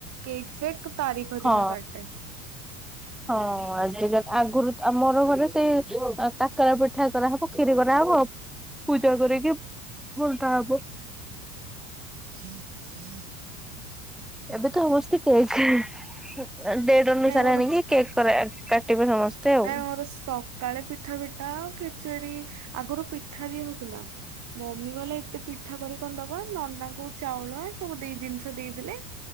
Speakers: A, on the right (about 40°); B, in the centre.
A: କେକ୍ ଫେକ୍ ତାରିଖ
B: ହଁ
A: ଦିନ କାଟେ।
B: ହଁ ଆ। ଆଗରୁ ଆମର ଘରେ ସେଇ କାକରା ପିଠା କରାହବ କ୍ଷିରି କରାହବ ପୂଜା କରିକି ଭଲଟା ହବ।
A: ହ ହଇ
B: ଏବେ ତ ସମସ୍ତାଇଛି। ହୁଁ। ଡେଢ ଅନୁସାରେ
A: ନାଇଁ ମୋର
B: ଆଣିକି କେକ୍ କରା କାଟିବେ ସମସ୍ତେ। ଆଉ।
A: ନାଇଁ ମୋର ସକାଳେ ପିଠା ପିଠା ଆ ଖେଚୁଡି। ଆଗରୁ ପିଠା ଦିଆ ହଉଥିଲା। ମମି କହିଲେ ଏତେ ପିଠା କରି କଣ ଦବା ନନା କୁ ଚାଉଳ ସବୁ ଦେଇ ଜିନିଷ ଦେଇଥଦେଲେ